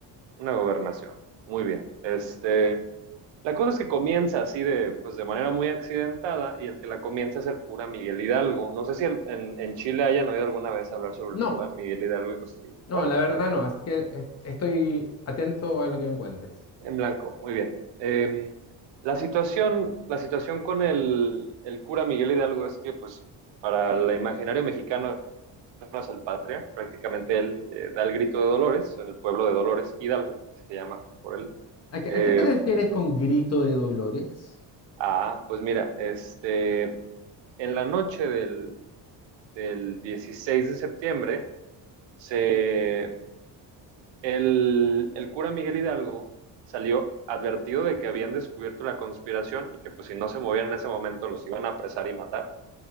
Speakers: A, on the right; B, on the left.
A: Una gobernación. Muy bien. Este, La cosa es que comienza así de, pues de manera muy accidentada y el que la comienza es el cura Miguel Hidalgo. No sé si el- en, en Chile hayan oído alguna vez hablar sobre
B: No,
A: el cura Miguel Hidalgo y Costillo.
B: no,
A: Bueno,
B: la verdad no, así que eh, estoy atento a lo que me cuentes.
A: en blanco, muy bien. Eh, la situación, la situación con el, el cura Miguel Hidalgo es que, pues, para el imaginario mexicano no es el patria. Prácticamente él eh, da el grito de Dolores, en el pueblo de Dolores, Hidalgo, se llama por él.
B: ¿A qué,
A: Eh,
B: a qué te refieres con grito de dolores?
A: ah, pues mira, este, en la noche del, del 16 de septiembre, se, el, el cura Miguel Hidalgo salió advertido de que habían descubierto la conspiración y que pues si no se movían en ese momento los iban a apresar y matar.